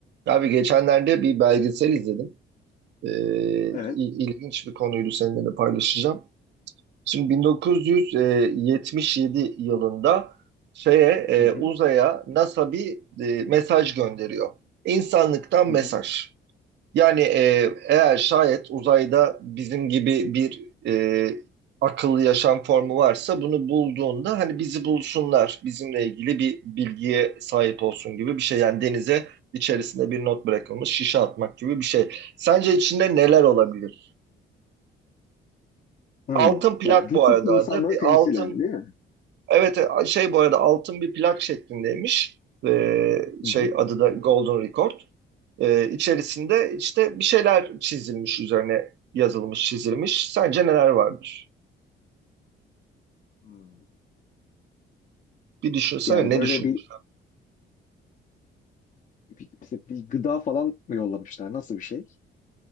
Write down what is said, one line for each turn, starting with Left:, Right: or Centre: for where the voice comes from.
Right: Abi geçenlerde bir belgesel izledim. Ee, il-
Left: Evet.
Right: ilginç bir konuydu seninle de paylaşacağım. Şimdi 1977 yılında şeye e,
Left: Hı hı.
Right: uzaya NASA bir e, mesaj gönderiyor. İnsanlıktan mesaj.
Left: Hı hı.
Right: Yani e, eğer şayet uzayda bizim gibi bir e, akıllı yaşam formu varsa bunu bulduğunda hani bizi bulsunlar, bizimle ilgili bir bilgiye sahip olsun gibi bir şey. Yani denize içerisinde bir not bırakılmış şişe atmak gibi bir şey. Sence içinde neler
Left: Evet.
Right: olabilir?
Left: Hı.
Right: Altın plak
Left: Ya bütün
Right: bu arada
Left: insanlığı
Right: adı. Bir
Left: temsilen
Right: altın,
Left: değil mi?
Right: evet e, şey bu arada altın bir plak şeklindeymiş. E,
Left: Hı
Right: şey
Left: hı.
Right: adı da Golden Record. Ee, içerisinde işte bir şeyler çizilmiş üzerine yazılmış çizilmiş. Sence neler vardır?
Left: Hmm.
Right: Bir düşünsene
Left: Yani
Right: ne
Left: böyle
Right: düşünmüş?
Left: bir bir, mesela bir gıda falan mı yollamışlar? Nasıl bir şey?